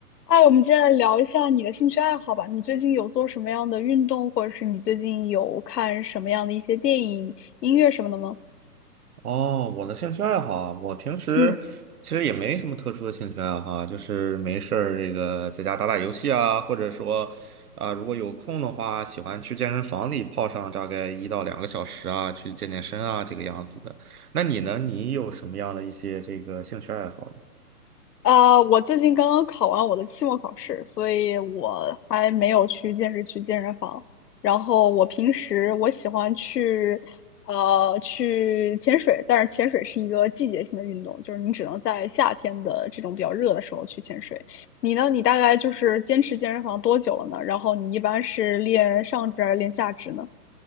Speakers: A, on the left; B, on the right.
A: 哎，我们接下来聊一下你的兴趣爱好吧。你最近有做什么样的运动，或者是你最近有看什么样的一些电影、音乐什么的吗？
B: 哦，我的兴趣爱好啊，我平时其实也没什么特殊的兴趣爱好啊就是没事儿这个在家打打游戏啊，
A: 嗯。
B: 或者说啊，如果有空的话，喜欢去健身房里泡上大概一到两个小时啊，去健健身啊，这个样子的。那你呢？你有什么样的一些这个兴趣爱好呢？
A: 啊，我最近刚刚考完我的期末考试，所以我还没有去健身去健身房。然后我平时我喜欢去，呃，去潜水，但是潜水是一个季节性的运动，就是你只能在夏天的这种比较热的时候去潜水。你呢？你大概就是坚持健身房多久了呢？然后你一般是练上肢还是练下肢呢